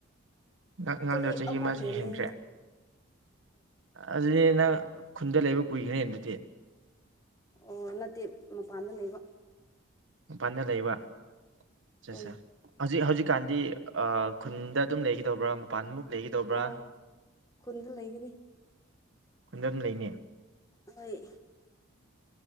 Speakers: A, on the right; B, on the left.
A: ꯑꯉꯥꯡꯗꯣ
B: ꯆꯍꯤ ꯑꯃ
A: ꯑꯃꯁ
B: ꯍꯦꯟꯂꯦ
A: ꯍꯦꯟꯈ꯭ꯔꯦ ꯑꯗꯨꯗꯤ ꯅꯪ ꯈꯨꯟꯗ ꯂꯩꯕ ꯀꯨꯏꯈ꯭ꯔꯦ ꯑꯗꯨꯗꯤ
B: ꯑꯣ ꯅꯠꯇꯦ ꯃꯄꯥꯟꯗ ꯂꯩꯕ
A: ꯃꯄꯥꯟꯗ ꯂꯩꯕ ꯑꯆꯥꯁꯥ
B: ꯍꯣꯏ
A: ꯍꯧꯖꯤꯛ ꯍꯧꯖꯤꯛꯀꯥꯟꯗꯤ ꯈꯨꯟꯗ ꯑꯗꯨꯝ ꯂꯩꯒꯗꯧꯕ꯭ꯔꯥ ꯃꯄꯥꯟꯃꯨꯛ ꯂꯩꯒꯗꯧꯕ꯭ꯔꯥ
B: ꯑꯣ ꯈꯨꯟꯗ ꯂꯩꯒꯅꯤ
A: ꯈꯨꯟꯗ ꯑꯗꯨꯝ ꯂꯩꯅꯤ
B: ꯍꯣꯏ